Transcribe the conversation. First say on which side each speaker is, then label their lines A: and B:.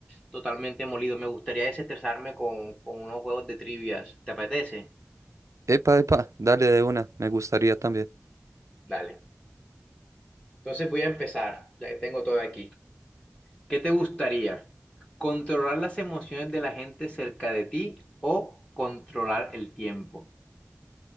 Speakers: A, on the left (about 20°); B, on the right (about 80°).
A: totalmente molido. Me gustaría desestresarme con, con unos juegos de trivias. ¿Te apetece?
B: Epa, epa, dale de una, me gustaría también.
A: Dale. Entonces voy a empezar, ya que tengo todo aquí. ¿Qué te gustaría? ¿Controlar las emociones de la gente cerca de ti o controlar el tiempo?